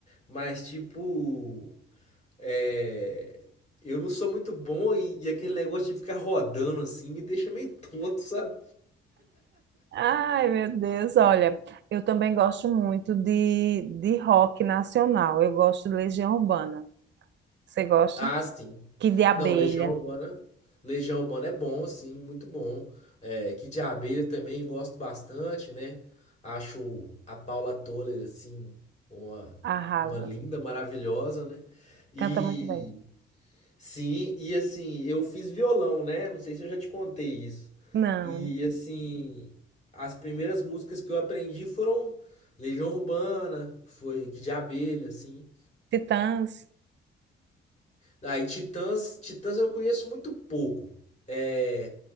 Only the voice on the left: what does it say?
Mas, tipo, é, eu não sou muito bom e, e aquele negócio de ficar rodando, assim, me deixa meio tonto, sabe?
Ah, sim.
Não, Legião Urbana. Legião Urbana é bom, sim, muito bom. É, Kid Abelha também gosto bastante, né? Acho a Paula Toller, assim, uma,
uma linda, maravilhosa, né? E
sim, e assim, eu fiz violão, né? Não sei se eu já te contei isso.
E assim, as primeiras músicas que eu aprendi foram Legião Urbana, foi Kid Abelha, assim.
Aí, Titãs, Titãs eu conheço muito pouco. É,